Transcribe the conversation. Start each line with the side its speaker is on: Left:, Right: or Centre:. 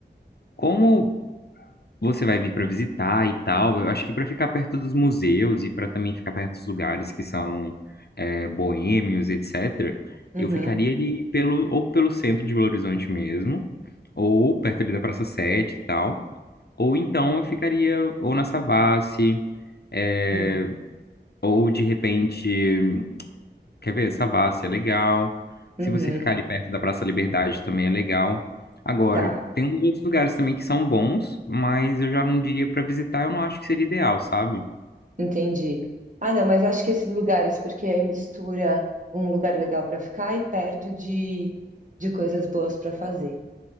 Left: como você vai vir para visitar e tal, eu acho que para ficar perto dos museus e para também ficar perto dos lugares que são é, boêmios, etc.,
Right: Uhum.
Left: eu ficaria ali pelo, ou pelo centro de Belo Horizonte mesmo, ou perto ali da Praça Sete e tal, ou então eu ficaria ou na Savassi, é,
Right: Uhum.
Left: ou de repente. Quer ver? Savassi é legal.
Right: Uhum.
Left: Se você ficar ali perto da Praça Liberdade também é legal. Agora,
Right: Tá.
Left: tem uns outros lugares também que são bons, mas eu já não diria pra visitar, eu não acho que seria ideal, sabe?
Right: Entendi. Ah, não, mas acho que esses lugares, porque aí mistura um lugar legal para ficar e perto de, de coisas boas para fazer.